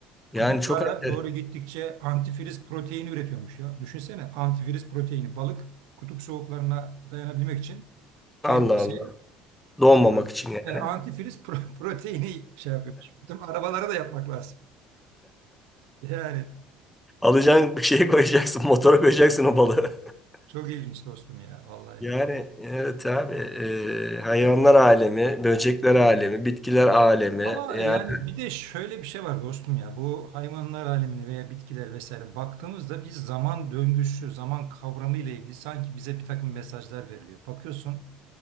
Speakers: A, in the centre; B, on the right.
A: Yani
B: Kutuplara
A: çok enter.
B: doğru gittikçe antifriz proteini üretiyormuş ya. Düşünsene antifriz proteini balık kutup soğuklarına dayanabilmek için kendisi
A: Allah Allah. Donmamak
B: bu,
A: için yani.
B: e, antifriz pro- <laughs> proteini şey yapıyormuş. Bizim arabalara da yapmak lazım. Yani
A: Alacaksın bir şeye koyacaksın. Motora koyacaksın o balığı. <laughs>
B: çok ilginç dostum ya vallahi.
A: Yani evet abi. e, hayvanlar alemi, böcekler alemi, bitkiler alemi.
B: Ama
A: Yani
B: e, yani bir de şöyle bir şey var dostum ya bu hayvanlar alemine veya bitkiler vesaire baktığımızda biz zaman döngüsü, zaman kavramı ile ilgili sanki bize bir takım mesajlar veriliyor. Bakıyorsun